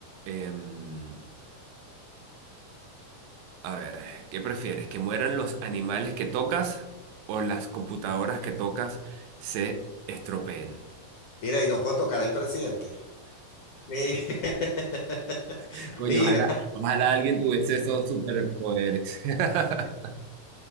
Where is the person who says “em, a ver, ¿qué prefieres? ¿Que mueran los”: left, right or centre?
Right